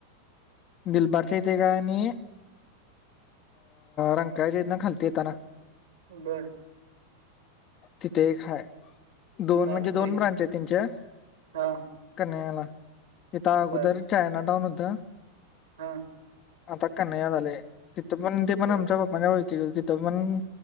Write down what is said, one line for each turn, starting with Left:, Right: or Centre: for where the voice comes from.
Left: दिलबारच्या येते का आणि अ रंकायच्या येत ना खालती येतना.
Right: बरं.
Left: तिथे एक हाय दोन
Right: चालतंय
Left: म्हणजे दोन ब्रांच आहे तच्या.
Right: हा
Left: कन्हैयाला तिथं अगोदर
Right: बर
Left: चायना टाउऊन होतं.
Right: हा
Left: आता कनया झाले तिथं पण ते पण
Right: बर
Left: आमच्या बा''--'' म्हणजे ओळखीचे तिथं पण